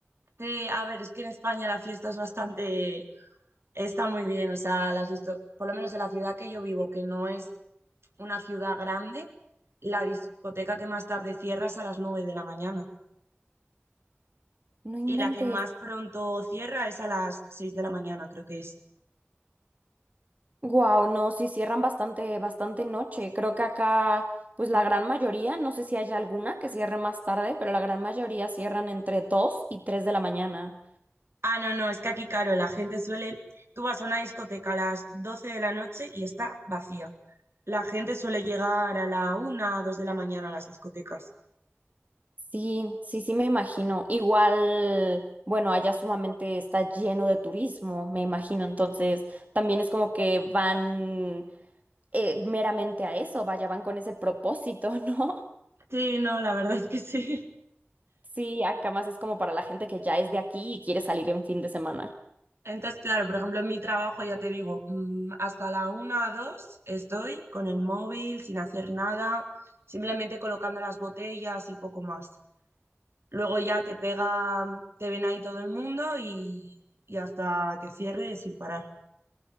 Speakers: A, on the right; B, on the right.
A: Sí, a ver, es que en España la fiesta es bastante Está muy bien, o sea, las disto- por lo menos en la ciudad que yo vivo, que no es una ciudad grande, la discoteca que más tarde cierra es a las nueve de la mañana
B: No inventes.
A: y la que más pronto cierra es a las 6 de la mañana, creo que es.
B: Wow, no, sí cierran bastante, bastante noche. Creo que acá, pues la gran mayoría, no sé si haya alguna que cierre más tarde, pero la gran mayoría cierran entre 2 y 3 de la mañana.
A: Ah, no, no, es que aquí, claro, la gente suele, tú vas a una discoteca a las 12 de la noche y está vacía. La gente suele llegar a la 1, 2 de la mañana a las discotecas.
B: Sí, sí, sí me imagino. Igual, bueno, allá sumamente está lleno de turismo, me imagino. Entonces, también es como que van eh, meramente a eso, vaya, van con ese propósito, <laughs> ¿no?
A: Sí, no, la verdad es que sí.
B: Sí, acá más es como para la gente que ya es de aquí y quiere salir en fin de semana.
A: Entonces, claro, por ejemplo, en mi trabajo ya te digo, mm, hasta la una, dos estoy con el móvil, sin hacer nada, simplemente colocando las botellas y poco más. Luego ya te pega, te ven ahí todo el mundo y, y hasta que cierre sin parar.